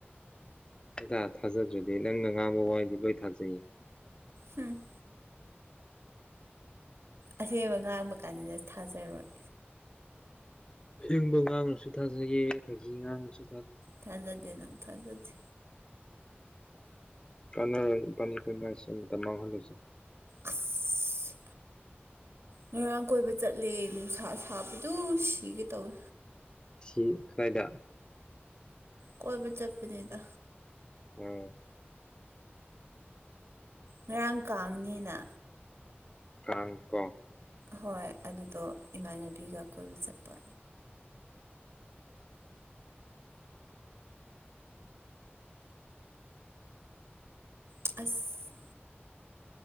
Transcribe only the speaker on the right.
ꯍꯨꯝ ꯑꯁꯦꯡꯕ ꯉꯥꯡꯕ ꯀꯥꯟꯗꯅ ꯊꯥꯖꯔꯣꯏ
ꯊꯥꯖꯗꯦ ꯅꯪ ꯊꯥꯖꯗꯦ
ꯑꯁ ꯉꯔꯥꯡ ꯀꯣꯏꯕ ꯆꯠꯂꯦ ꯅꯨꯡꯁꯥ ꯁꯥꯕꯗꯨ ꯁꯤꯒꯦ ꯇꯧꯋꯦ
ꯀꯣꯏꯕ ꯆꯠꯄꯅꯤꯗ
ꯉꯔꯥꯡ ꯀꯥꯡꯅꯤꯅ
ꯍꯣꯏ ꯑꯗꯨꯗꯣ ꯏꯃꯥꯟꯅꯕꯤꯒ ꯀꯣꯏꯕ ꯆꯠꯄ ꯑꯁ